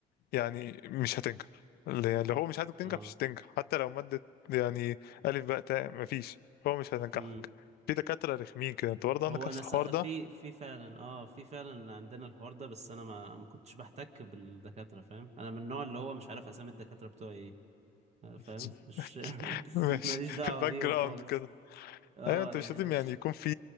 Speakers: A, on the left; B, on the right.
A: يعني مش هتنجح اللي اللي هو مش عايزك تنجح
B: اه
A: مش هتنجح حتى لو مادة يعني ألف باء تاء مفيش هو مش هينجحك
B: مم.
A: في دكاترة رخمين كده انت برضه
B: هو
A: عندك نفس
B: انا
A: الحوار
B: س... في
A: ده
B: في فعلا اه في فعلا عندنا الحوار ده بس انا ما ما كنتش بحتك بالدكاتره فاهم انا من النوع اللي هو مش عارف اسامي الدكاتره بتوعي ايه آه،
A: <laughs>
B: فاهم مش <laughs>
A: ماشي
B: ماليش دعوه
A: في الباك
B: بيهم
A: جراوند
B: خالص
A: كده
B: اه
A: ايوه انت
B: يعني
A: مش لازم
B: مش
A: يعني يكون في